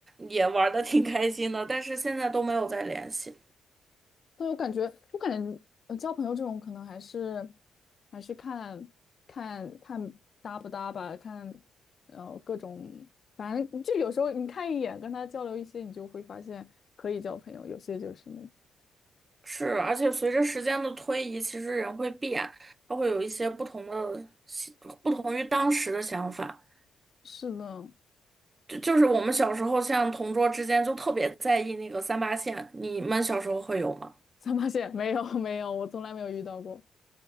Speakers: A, on the right; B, on the left.
A: 也玩的挺开心的，但是现在都没有再联系。
B: 对，我感觉我感觉呃交朋友这种可能还是还是看看看搭不搭吧，看呃各种，反正就有时候你看一眼跟他交流一些，你就会发现可以交朋友，有些就是。
A: 是，而且随着时间的推移，其实人会变，他会有一些不同的喜不同于当时的想法。
B: 是的，
A: 就就是我们小时候，像同桌之间就特别在意那个三八线，你们小时候会有吗？
B: 三八线 <laughs> 没有没有，我从来没有遇到过。